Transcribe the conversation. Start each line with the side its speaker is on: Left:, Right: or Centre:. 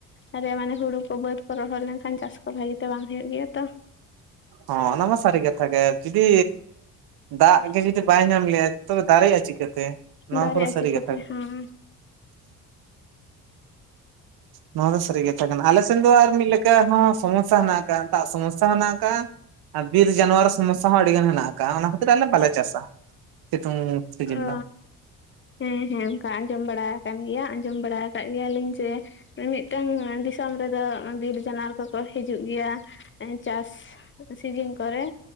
Left: ᱟᱨᱮ ᱢᱟᱱᱮ ᱦᱳᱲᱳ ᱠᱚ, ᱵᱟᱹᱫ ᱠᱚ ᱨᱚᱦᱚᱲ ᱞᱮᱱᱠᱷᱟᱱ, ᱪᱟᱥ ᱠᱚ ᱵᱷᱟᱜᱮᱛᱮ ᱵᱟᱝ ᱦᱳᱭᱳᱜ ᱜᱮᱭᱟ ᱛᱚ᱾
Right: ᱦᱚ ᱚᱱᱟ ᱢᱟ ᱥᱟᱨᱤ ᱠᱟᱛᱷᱟ, ᱜᱮ ᱡᱩᱫᱤ ᱫᱟᱜ ᱜᱮ ᱡᱩᱫᱤ ᱵᱟᱭ ᱧᱟᱢ ᱞᱮᱟᱭ, ᱛᱚᱵᱮ ᱫᱟᱨᱮᱭᱟᱜᱼᱟ ᱪᱤᱠᱟᱹ ᱛᱮ, ᱱᱚᱣᱟ
Left: ᱫᱟᱨᱮᱜᱼᱟ
Right: ᱠᱚᱫᱚ ᱥᱟᱹᱨᱤ
Left: ᱪᱤᱠᱟᱹᱛᱮ
Right: ᱠᱟᱛᱷᱟ᱾
Left: ᱦᱮᱸ
Right: ᱱᱚᱣᱟ ᱫᱚ ᱥᱟᱹᱨᱤ ᱠᱟᱛᱷᱟ ᱠᱟᱱᱟ, ᱟᱞᱮ ᱥᱮᱱ ᱫᱚ ᱟᱨᱢᱤ ᱞᱮᱠᱟᱱ ᱠᱟ ᱦᱚᱸ ᱥᱚᱢᱚᱥᱟ ᱦᱮᱱᱟᱜ ᱠᱟᱜ-ᱟ, ᱫᱟᱜ ᱥᱚᱢᱚᱥᱟ ᱦᱚ ᱦᱮᱱᱟᱜ ᱠᱟᱜ-ᱟ᱾ ᱟᱨ ᱵᱤᱨ ᱡᱟᱱᱣᱟ ᱥᱚᱢᱚᱥᱥᱟ ᱦᱚᱸ ᱟᱹᱰᱤᱜᱟᱱ ᱢᱮᱱᱟᱜ ᱠᱟᱜ-ᱟ, ᱚᱱᱟ ᱠᱷᱟᱹᱛᱤᱨ ᱟᱞᱮ ᱵᱟᱞᱮ ᱪᱟᱥᱟ᱾ ᱥᱤᱛᱩᱝ ᱥᱤᱡᱤᱱ
Left: ᱚ,
Right: ᱫᱚ
Left: ᱦᱮᱸ, ᱦᱮᱸ, ᱚᱝᱠᱟ ᱟᱸᱡᱚᱢ ᱵᱟᱲᱟ ᱠᱟᱱ ᱜᱮᱭᱟ, ᱟᱸᱡᱚᱢ ᱵᱟᱲᱟ ᱠᱟᱜ ᱜᱮᱭᱟᱞᱤᱧ ᱡᱮ ᱢᱤᱢᱤᱫᱴᱟᱝ ᱫᱤᱥᱚᱢ ᱨᱮᱫᱚ, ᱵᱤᱨ ᱡᱟᱱᱟᱣ ᱠᱚᱠᱚ ᱦᱤᱡᱩᱜ ᱜᱮᱭᱟ᱾ ᱪᱟᱥ ᱥᱤᱡᱤᱱ ᱠᱚᱨᱮ,